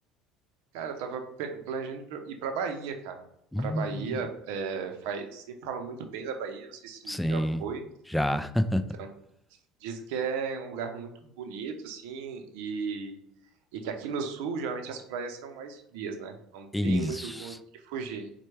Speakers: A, on the right; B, in the centre.
A: Cara, eu tava pe- planejando ir pra ir pra Bahia, cara.
B: Hum.
A: Pra Bahia, é, faz- sempre falam muito bem da Bahia, não sei se
B: Sim,
A: já foi.
B: já. <laughs>
A: Então, diz que é um lugar muito bonito, assim, e, e que aqui no sul, geralmente as praias são mais frias, né? Não
B: Isso.
A: tem muito o que fugir.